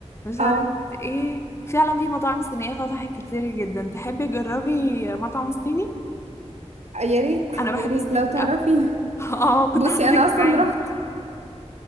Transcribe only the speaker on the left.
مش
عارفة إيه فعلا في مطاعم صينية فتحت كتير جدا تحبي تجربي مطعم صيني؟
أنا بحب
الصيني
أوي <laughs> اه كنت
هاخدك
معايا